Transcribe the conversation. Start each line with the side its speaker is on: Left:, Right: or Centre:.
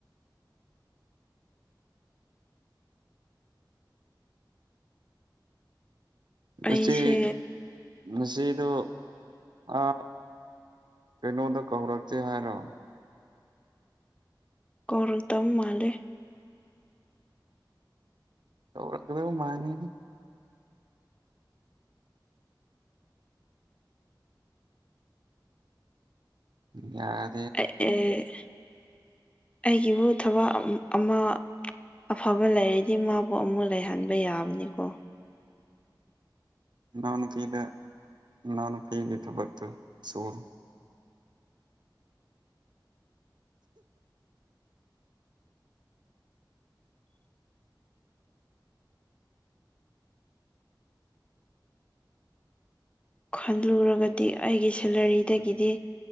Left: ꯑꯩꯁꯦ
Right: ꯑꯆꯦ ꯅꯆꯦꯗꯣ ꯑ ꯀꯩꯅꯣꯗ ꯀꯧꯔꯛꯇꯦ ꯍꯥꯏꯔꯣ
Left: ꯀꯧꯔ ꯇꯝ ꯃꯥꯂꯦ
Right: ꯇꯧꯔꯛ ꯀꯗꯕ ꯃꯥꯂꯤꯗꯤ ꯌꯥ
Left: ꯑꯦ ꯑꯩꯒꯤꯕꯨ ꯊꯕꯛ ꯑꯃ ꯑꯐꯕ ꯂꯩꯔꯗꯤ ꯃꯥꯕꯨ ꯑꯃꯨꯛ ꯂꯩꯍꯟꯕ ꯌꯥꯕꯅꯤꯀꯣ
Right: ꯃꯅꯥꯎꯅꯨꯄꯤꯗ ꯃꯅꯥꯎꯅꯨꯄꯤꯒꯤ ꯊꯕꯛꯇꯣ ꯁꯨꯑꯣ
Left: ꯈꯜꯂꯨꯔꯒꯗꯤ ꯑꯩꯒꯤ ꯁꯦꯂꯔꯤꯗꯒꯤꯗꯤ